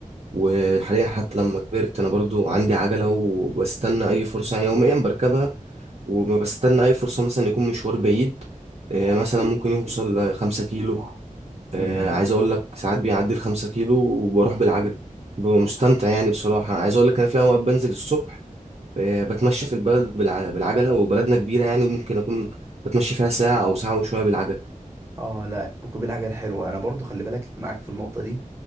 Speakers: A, on the right (about 50°); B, on the right (about 20°).
A: وحاليا حتى لما كبرت أنا برضو عندي عجلة وبستنى أي فرصة يوميا بركبها وما بستنى أي فرصة مثلا يكون مشوار بعيد آه، مثلا ممكن يوصل لخمسة كيلو آه،
B: امم
A: عايز أقول لك ساعات بيعدي الخمسة كيلو وبروح بالعجل ببقى مستمتع يعني بصراحة عايز أقول لك أنا في أوقات بنزل الصبح آه، بتمشى في البلد بالع- بالعجلة وبلدنا كبيرة يعني وممكن أكون بتمشي فيها ساعة أو ساعة وشوية بالعجلة
B: اه لا ركوب العجل حلو انا برضو خلي بالك معاك في النقطه دي